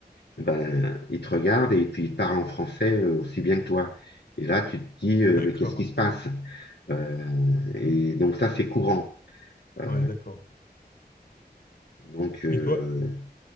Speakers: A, on the left; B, on the left.
A: ben, il te regarde et puis il parle en français euh, aussi bien que toi. Et là, tu te dis, euh,
B: D'accord.
A: mais qu'est-ce qui se passe? Euh, et donc, ça, c'est courant. Euh,
B: Ouais, d'accord.
A: donc, euh,
B: Et toi?